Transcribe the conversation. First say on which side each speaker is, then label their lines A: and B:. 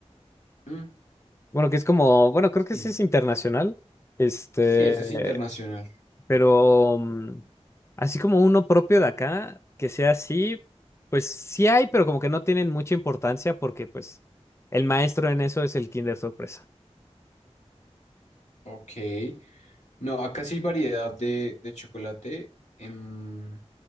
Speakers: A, on the left; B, on the left.
A: Mm,
B: Bueno, que es como, bueno, creo
A: sí,
B: que sí es internacional, este,
A: sí, ese es internacional.
B: pero mm, así como uno propio de acá, que sea así, pues sí hay, pero como que no tienen mucha importancia porque pues el maestro en eso es el Kinder Sorpresa.
A: Ok. No, acá sí hay variedad de, de chocolate. Em,